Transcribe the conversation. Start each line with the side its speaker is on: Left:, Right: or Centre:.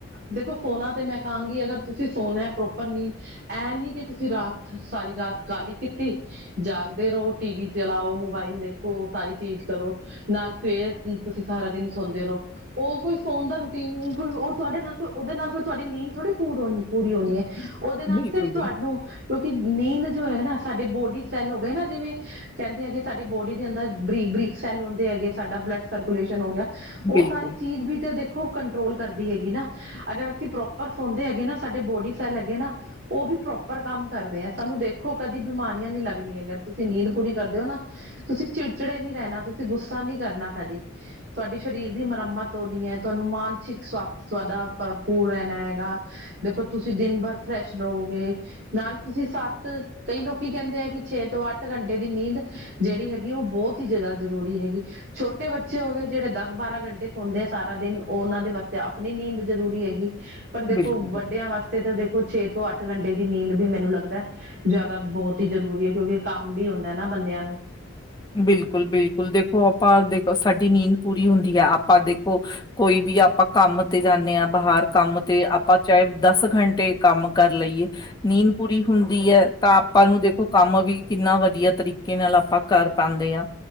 Right: ਦੇਖੋ ਸੋਨਾ ਤੇ ਮੈਂ ਕਹਾਂਗੀ ਅਗਰ ਤੁਸੀਂ ਸੋਨਾ ਹੈ ਪ੍ਰੋਪਰ ਨੀ ਇਹ ਨਹੀਂੀ ਕਿ ਤੁਸੀਂ ਰਾਤ ਸਾਰੀ ਰਾਤ ਕਾਹਲੀ ਕੀਤੀ ਜਾਗਦੇ ਰਹੋ ਟੀ ਵੀ ਚਲਾਓ ਮੋਬਾਇਲ ਦੇਖੋ ਸਾਰੀ ਚੀਜ਼ ਕਰੋ ਨਾਲ ਫਵੇਰ ਤੁਸੀਂ ਸਾਰਾ ਦਿਨ ਸੌਦੇ ਰਹੋ ਉਹ ਕੋਈ ਸੋਣ ਦਾ ਰੂਟੀਨ ਕੋਈ ਉਹ ਤੁਹਾਡੇ ਨਾਲ ਕੋਈ ਉਹਦੇ ਨਾਲ ਕੋਈ ਤੁਹਾਡੀ ਨੀਂਦ ਥੋੜ੍ਹੀ ਪੂ ਹੋਣੀ ਪੂਰੀ ਹੋਣੀ ਹੈ ਉਹਦੇ ਨਾਲ
Left: ਬਿਲਕੁਲ
Right: ਸਿਰਫ ਤੁਹਾਨੂੰ ਕਿ ਨੀਂਦ ਜੋ ਹੈ ਨਾ ਸਾਡੇ ਬੋਡੀ ਸੈੱਲ ਹੋ ਗਏ ਨਾ ਜਿਵੇਂ ਕਹਿੰਦੇ ਹੈਗੇ ਸਾਡੇ ਬੋਡੀ ਦੇ ਅੰਦਰ ਬਰੀਕ ਸੈੱਲ ਹੁੰਦੇ ਹੈਗੇ ਸਾਡਾ ਬਲੱਡ ਸਰਕੂਲੇਸ਼ਨ ਹੋ ਗਿਆ ਉਹ
Left: ਬਿਲਕੁਲ
Right: ਸਾਰੀ ਚੀਜ਼ ਵੀ ਤੇ ਕੰਟਰੋਲ ਕਰਦੀ ਹੈਗੀ ਨਾ ਅਗਰ ਅਸੀਂ ਪ੍ਰੋਪਰ ਸੌਦੇ ਹੈਗੇ ਨਾ ਸਾਡੇ ਬੋਡੀ ਸੈੱਲ ਹੈਗੇ ਨਾ ਉਹ ਵੀ ਪ੍ਰੋਪਰ ਕੰਮ ਕਰਦੇ ਹਾਂ ਸਾਨੂੰ ਦੇਖੋ ਕਦੀ ਬਿਮਾਰੀਆਂ ਨੀ ਲੱਗਦੀੀਆਂ ਹੈਗ ਤੁਸੀਂ ਨੀਂਦ ਪੂਰੀ ਕਰਦੇ ਹੋ ਨਾ ਤੁਸੀਂ ਚਿੜਚਿੜੇ ਨੀ ਰਹਿਣਾ ਤੁਸੀਂ ਗੁੱਸਾ ਨਹੀਂੀ ਕਰਨਾ ਕਦੇ ਤੁਹਾਡੇ ਸਰੀਰ ਦੀ ਮੁਰੰਮਤ ਹੋਣੀ ਹੈ ਤੁਹਾਨੂੰ ਮਾਨਸਿਕ ਸਵਾਸਥ ਸਵਾਦਾ ਭਰਪੂਰ ਰਹਿਣਾ ਹੈਗਾ ਦੇਖੋ ਤੁਸੀਂ ਦਿਨ ਭਰ ਫਰੈਸ਼ ਰਹੋਗੇ ਨਾਲ ਤੁਸੀਂ ਸੱਤ ਕਈ ਲੋਕੀ ਕਹਿੰਦੇ ਆ ਕਿ ਛੇ ਤੋਂ ਅੱਠ ਘੰਟੇ ਦੀ ਨੀਂਦ ਜਿਹੜੀ ਹੈਗੀ ਉਹ ਬਹੁਤ ਬਹੁਤ ਹੀ ਜ਼ਿਆਦਾ ਜ਼ਰੂਰੀ ਹੈਗੀ ਛੋਟੇ ਬੱਚੇ ਹੋ ਗਏ ਜਿਹੜੇ ਦਸ ਬਾਰਾਂ ਘੰਟੇ ਸੌਦੇ ਆ ਸਾਰਾ ਦਿਨ ਉਹਨਾਂ ਦੇ ਵ ਤੇ ਆਪਣੀ ਨੀਂਦ ਜ਼ਰੂਰੀ ਹੈਗੀ ਪਰ ਦੇਖੋ
Left: ਬਿਲਕੁਲ
Right: ਵੱਡਿਆਂ ਵਾਸਤੇ ਤਾਂ ਦੇਖੋ ਛੇ ਤੋਂ ਅੱਠ ਘੰਟੇ ਦੀ ਨੀਂਦ ਵੀ ਮੈਨੂੰ ਲੱਗਦਾ ਜ਼ਿਆਦਾ ਬਹੁਤ ਹੀ ਜ਼ਰੂਰੀ ਹੈ ਕਿਉਂਕਿ ਕੰਮ ਵੀ ਹੁੰਦਾ ਨਾ ਬੰਦਿਆਂ ਨੂੰ
Left: ਬਿਲਕੁਲ ਬਿਲਕੁਲ ਦੇਖੋ ਆਪਾਂ ਦੇਖੋ ਸਾਡੀ ਨੀਂਦ ਪੂਰੀ ਹੁੰਦੀ ਹੈ ਆਪਾਂ ਦੇਖੋ ਕੋਈ ਵੀ ਵੀ ਆਪਾਂ ਕੰਮ ਤੇ ਜਾਂਦੇ ਹਾਂ ਬਾਹਰ ਕੰਮ ਤੇ ਆਪਾਂ ਚਾਹੇ ਦਸ ਘੰਟੇ ਕੰਮ ਕਰ ਲਈਏ ਨੀਂਦ ਪੂਰੀ ਹੁੰਦੀ ਹੈ ਤਾਂ ਆਪਾਂ ਨੂੰ ਦੇਖੋ ਕੰਮ ਵੀ ਕਿੰਨਾ ਵਧੀਆ ਤਰੀਕੇ ਨਾਲ ਆਪਾਂ ਕਰ ਪਾਉਂਦੇ ਆ